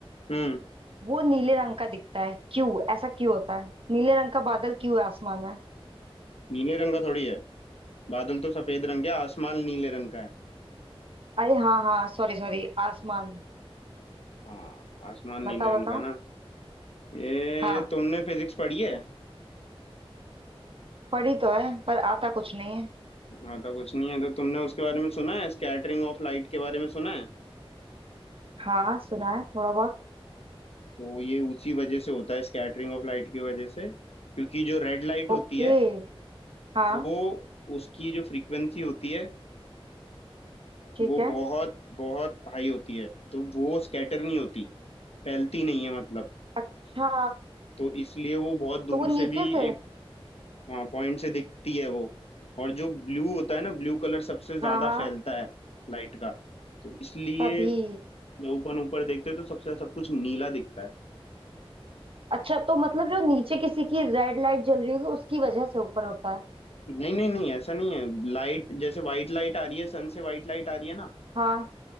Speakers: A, on the left; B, on the right.
A: हम्म
B: वो नीले रंग का दिखता है क्यों ऐसा क्यों होता है नीले रंग का बादल क्यों है आसमान में
A: नीले रंग का थोड़ी है बादल तो सफेद रंग के आसमान नीले रंग का है
B: अरे हाँ हाँ सॉरी सॉरी आसमान
A: हाँ आसमान नीले
B: बताओ
A: रंग
B: बताओ
A: का ना ये
B: हाँ
A: तुमने फिजिक्स पढ़ी है
B: पढ़ी तो है पर आता कुछ नहीं है
A: हाँ तो कुछ नहीं है तो तुमने उसके बारे में सुना है स्कैटरिंग ऑफ लाइट के बारे में सुना है
B: हाँ सुना है थोड़ा बहुत
A: तो ये उसी वजह से होता है स्कैटरिंग ऑफ लाइट की वजह से क्योंकि जो रेड लाइट होती
B: ओके
A: है
B: हाँ
A: वो उसकी जो फ्रीक्वेंसी होती है
B: ठीक
A: वो
B: है
A: बहुत बहुत हाई होती है तो वो स्कैटर नहीं होती फैलती नहीं है मतलब
B: अच्छा
A: तो इसलिए वो बहुत दूर
B: तो वो
A: से
B: नीचे
A: भी
B: से
A: एक हाँ पॉइंट से दिखती है वो और जो ब्लू होता है ना ब्लू कलर सबसे ज्यादा
B: हाँ हाँ
A: फैलता है लाइट का तो इसलिए
B: तभी
A: जब ऊपर ऊपर देखते हैं तो सबसे सब कुछ नीला दिखता है
B: अच्छा तो मतलब जो नीचे किसी की रेड लाइट जल रही होगी उसकी वजह से ऊपर होता है
A: नहीं नहीं नहीं ऐसा नहीं है लाइट जैसे व्हाइट लाइट आ रही है सन से व्हाइट लाइट आ रही है ना
B: हाँ